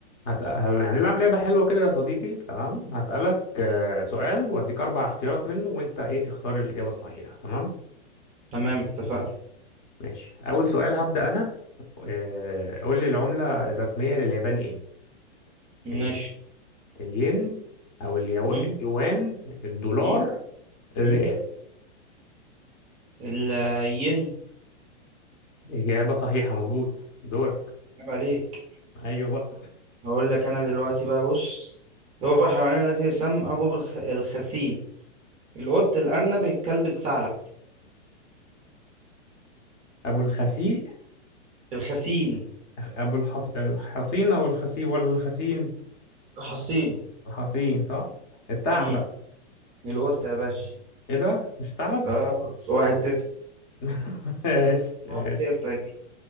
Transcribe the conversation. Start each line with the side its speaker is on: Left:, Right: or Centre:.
Left: هسأل... هل- هنلعب لعبة حلوة كده يا صديقي تمام هسألك آه، سؤال وأديك أربع اختيارات منه وأنت إيه تختار الإجابة الصحيحة تمام
Right: تمام اتفقنا
Left: ماشي أول سؤال هبدأ أنا آه، قول لي العملة الرسمية لليابان إيه ال...
Right: ماشي
Left: الين أو اليو...
Right: مم؟
Left: اليوان الدولار
Right: مم؟
Left: الريال
Right: مم؟ الين
Left: إجابة صحيحة مظبوط دورك
Right: عيب عليك
Left: أيوه بقى
Right: هقول لك انا دلوقتي بقى بص هو الحيوان الذي يسمى ابو الخ... الخسين القط الارنب الكلب الثعلب
Left: أبو الخسيء
Right: الخسين
Left: أبو الحص... الحصين أو الخسيء ولا الخسين
Right: الحصين
Left: الحصين صح الثعلب
Right: مم. القط يا باشا
Left: إيه ده مش الثعلب
Right: اه واحد صفر
Left: <laughs> ماشي ماشي
Right: واحد صفر يا كبير